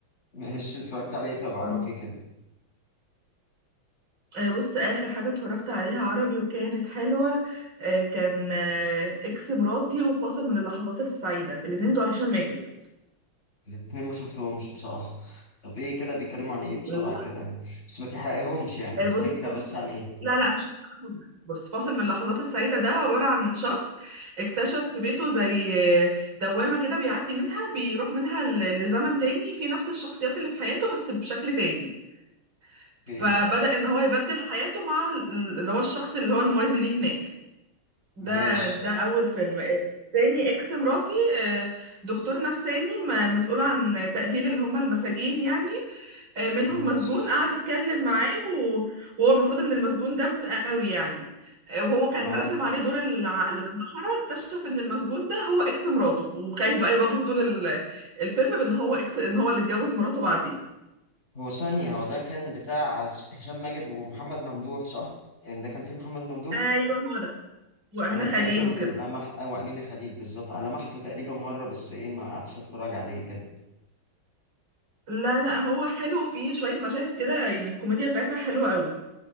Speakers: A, on the left (about 35°); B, on the right (about 65°).
A: ماشي اتفرجت على ايه طب عربي
B: آه،
A: كده
B: آه، بص اخر حاجة اتفرجت عليها عربي وكانت حلوة آه، كان آه، اكس مراتي وفاصل من اللحظات السعيدة الاتنين بتوع هشام ماجد
A: الاتنين ما شفتهمش بصراحه طب ايه كده بيتكلموا عن ايه بسرعه
B: لا
A: كده يعني بس ما تحرقيهمش يعني
B: آه،
A: الفكره
B: بص فاصل
A: بس عن ايه
B: لا لا مش بص فاصل من اللحظات السعيدة ده عبارة عن شخص اكتشف في بيته زي آه، دوامة كده بيعدي منها بيروح منها ل- لزمن تاني في نفس الشخصيات اللي في حياته بس بشكل تاني
A: في
B: فبدأ
A: ايه
B: ان هو يبدل حياته مع ال- اللي هو الشخص اللي هو الموازي ليه هناك ده
A: ماشي
B: ده اول فيلم تاني اكس مراتي آه، دكتور نفساني م- مسؤول عن تأهيل اللي هم المساجين يعني آه، منهم
A: ماشي
B: مسجون قعد اتكلم معاه و- وهو المفروض ان المسجون ده من قوي يعني آه، وهو كان
A: اه
B: راسم عليه دور العقل لما خرج اكتشف ان المسجون ده هو اكس مراته وخايف بقى يواجهه طول ال- الفيلم بان هو اكس ان هو اللي اتجوز مراته بعديه
A: هو ثانية هو ده كان بتاع هشام ماجد ومحمد ممدوح صح؟ يعني ده كان فيه محمد ممدوح
B: ايوه هو ده وأمينة
A: أنا تقريبا
B: خليل وكده
A: لمح أو أمينة خليل بالظبط أنا لمحته تقريبا مرة بس إيه ما قعدتش أتفرج عليه كده
B: لا لا هو حلو فيه شوية مشاهد كده يعني الكوميديا بتاعتها حلوة قوي